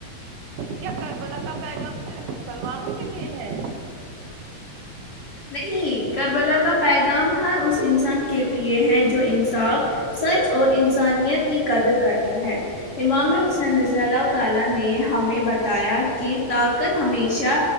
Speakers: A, on the right; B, on the left.
A: کیا کر بلا کا پیغام صرف مسلمانوں کے لیے ہے
B: نہیں کربلا کا پیغام ہر اس انسان کے لیے ہے جو انصاف سچ اور انسانیت کی قدر کرتا ہے امامی حسین رضی اللہ تعالی نے ہمیں بتایا کہ طاقت ہمیشہ